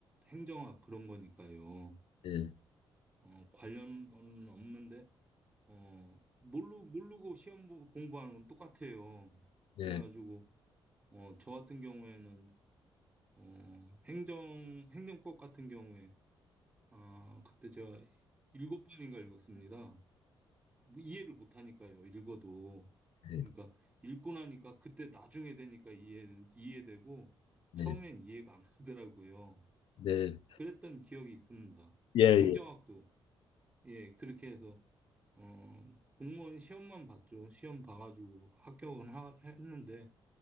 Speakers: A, on the right; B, on the left.
A: 행정학 그런 거니까요.
B: 예,
A: 어, 관련은 없는데 어, 모르 모르고 시험 보- 공부하는 건 똑같아요.
B: 예.
A: 그래가지고 어, 저 같은 경우에는 어, 행정, 행정법 같은 경우에, 아, 그때 제가 일곱 번인가 읽었습니다. 뭐 이해를 못하니까요, 읽어도.
B: 네,
A: 그러니까, 읽고 나니까, 그때 나중에 되니까 이해, 이해되고,
B: 네,
A: 처음엔 이해가 안 가더라고요.
B: 네. 네,
A: 그랬던 기억이 있습니다.
B: 예,
A: 뭐, 행정학도,
B: 예.
A: 예, 그렇게 해서, 어, 공무원 시험만 봤죠. 시험 봐가지고 합격은 하- 했는데,